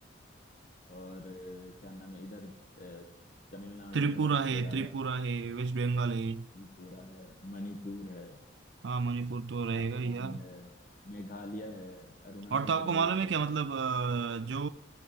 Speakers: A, on the left (about 40°); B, on the right (about 65°).
A: और अ, क्या नाम है इधर अ, तमिलनाडु
B: त्रिपुरा
A: है केरला
B: है त्रिपुरा
A: है
B: है वेस्ट बंगाल है
A: त्रिपुरा है मणिपुर है
B: हाँ मणिपुर तो रहेगा
A: आसाम
B: ही यार
A: है मेघालय है अरुणाचल
B: और तो आपको
A: प्रदेश
B: मालूम है
A: है
B: क्या मतलब अ, जो